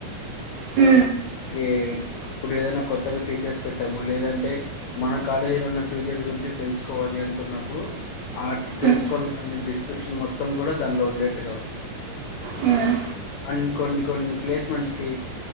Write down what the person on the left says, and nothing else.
కే ఇప్పుడు ఏదైనా కొత్తగా ఫీచర్స్ పెట్టాము లేదంటే మన కాలేజీలో ఉన్న ఫీచర్స్ గురించి తెలుసుకోవాలి అనుకున్నప్పుడు ఆట్
తెలుసుకోవాలన్న డిస్క్రిప్షన్ మొత్తం కూడా దానిలో ఉండేట్టుగా
అన్ని కొన్ని కొన్ని ప్లేస్మెంట్స్కి